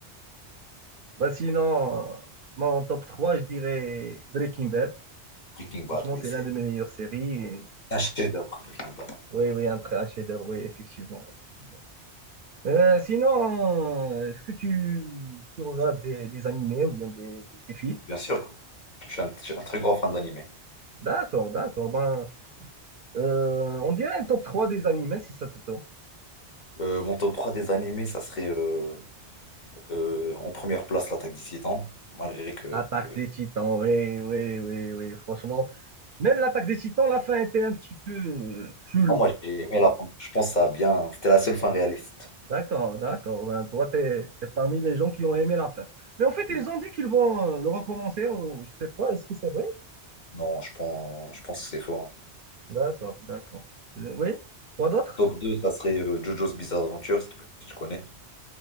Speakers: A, on the right; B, on the left.
A: Bah sinon, euh, moi, top 3 je dirais Breaking Bad.
B: Breaking
A: Franchement,
B: Bad, oui,
A: c'est
B: c'est
A: l'un de mes meilleures séries. Et-
B: un chef-d'œuvre, Breaking Bad.
A: Oui, oui, un, très- un chef-d'œuvre, oui, effectivement, effectivement. Euh, sinon, euh, est-ce que tu, tu regardes des, des animés ou bien des, des- des films?
B: Bien sûr, je suis un, je suis un très grand fan d'anime
A: D'accord, d'accord. Ben, euh, on dirait un top 3 des animés si ça te tente.
B: Euh, mon top 3 des animés, ça serait euh, euh, en première place l'attaque des Titans, malgré que
A: L'attaque
B: euh,
A: des Titans, oui, oui, oui, oui, franchement. Même l'attaque des Titans, la fin était un petit peu euh, floue.
B: Non, moi j'ai aimé la fin. Je pense que ça a bien. C'était la seule fin réaliste.
A: D'accord, d'accord. Ben, toi, tu es, parmi les gens qui ont aimé la fin. Mais en fait, ils
B: Oui.
A: ont dit qu'ils vont euh, le recommencer. ou je sais pas, est-ce que c'est vrai?
B: Non, je pense, je pense que c'est faux. hein.
A: D'accord, d'accord. Euh, oui, quoi d'autre?
B: Top 2 ça serait euh, Jojo's Bizarre Adventure, si tu si tu connais.